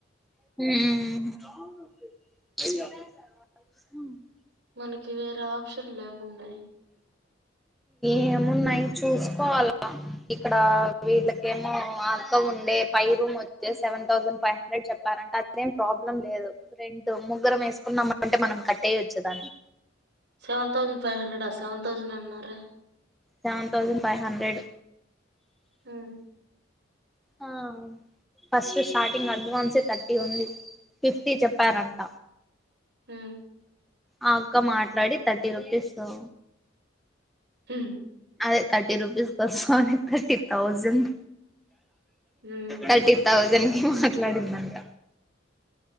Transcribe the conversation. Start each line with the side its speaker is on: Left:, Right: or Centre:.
Centre: షూ. మ్మ్
Right: మనకి వేరే ఆప్షన్లు ఏమున్నాయి
Centre: ఏమున్నాయి చూసుకోవాల గఇక్కడ వీళ్ళకేమో అక్క ఉండే పైయి రూమ్ వచ్చే సెవెన్ థౌజండ్ ఫైవ్ హండ్రెడ్ చెప్పారంటే అదేం ప్రబ్లం లేదు రెంట్ ముగ్రం వేసకుంటే కుమ్మంటే మనం కట్టేయొచ్చుదాన్ని
Right: సెవెన్ థౌజండ్ ఫైవ్ హండ్రెడా సెవెన్ థౌసండ్ అన్నారే
Centre: సెవెన్ థౌజండ్ ఫైవ్ హన్ండ్రెడ్
Right: హు
Centre: హా ఫస్ట్ స్టార్టింగ్ అడ్వాన్సే థర్టీ ఉంది ఫిఫ్టీ చెప్పారంట
Right: ఉమ్,
Centre: ఆ అక్క మాట్లాడి థర్టీ రూపీస్ తొ
Right: హు
Centre: అదే thirty rupees sorry thirty thousand
Right: ఉమ్.
Centre: థర్టీ థౌజండ్ కి మాట్లాడిందంట